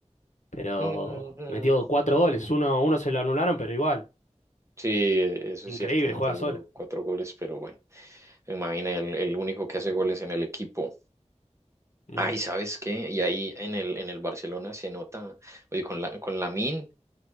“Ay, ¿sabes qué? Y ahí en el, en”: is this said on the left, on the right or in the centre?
Right